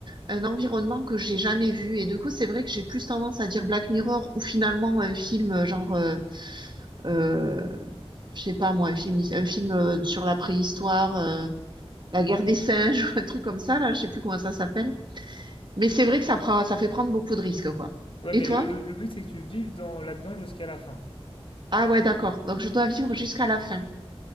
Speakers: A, on the right (about 45°); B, on the left (about 55°).
A: un environnement que j'ai jamais vu. Et du coup, c'est vrai que j'ai plus tendance à dire Black Mirror ou finalement un film euh, genre. euh, euh, je sais pas moi, un film, un film euh, sur la préhistoire, euh, la guerre des singes, <laughs> ou un truc comme ça, là, je sais plus comment ça s'appelle. Mais c'est vrai que ça prend, ça fait prendre beaucoup de risques, quoi.
B: Ouais, mais
A: Et toi?
B: le, le- le but c'est que tu vives dans, là-dedans jusqu'à la fin.
A: Ah ouais, d'accord. Donc je dois vivre jusqu'à la fin.